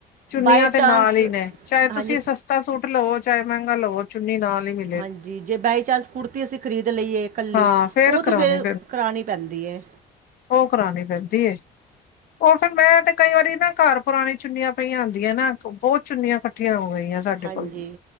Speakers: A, on the left; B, on the right.
A: ਚੁੰਨੀਆਂ
B: ਬਾਏ ਚਾਂਸ
A: ਤੇ ਨਾਲ ਈ ਨੇ ਚਾਏ
B: ਹਾਂਜੀ
A: ਤੁਸੀ ਸਸਤ ਤਾ ਸੂਟ ਲਵੋ ਚਾਏ ਮੈਂਗਾ ਲਵੋ ਚੁੰਨੀ ਨਾਲ ਈ ਮਿ
B: ਹਾਂਜੀ, ਜੇ ਬਾਏ ਚਾਂਸ ਕੁੜਤੇ ਤੀ ਅਸੀ ਖਰੀਦ ਲਈਏ ਕੱਲੀ
A: ਹਾਂ
B: ਓ ਤੇ
A: ਕਰਾਉਣੀ
B: ਫੇਰ ਕਰਾਨੀ ਪੈਂਦੀ ਏ
A: ਓ ਕਰਾਣੀ ਪੈਂਦੀ ਏ। ਓ ਫੇਰ ਮੈਂ ਤੇ ਕਈ ਵਾਰੀ ਨਾ ਘਰ ਪੁਰਾਨੀ ਚੁੰਨੀਆਂ ਪਈਆਂ ਹੁੰਦੀਆਂ ਨਾ ਬੋਤ ਚੁੰਨੀਆਂ ਕੱਠੀਆਂ ਹੋ ਗਈਆਂ ਸਾਡੇ
B: ਹਾਂਜੀ
A: ਕੋਲ,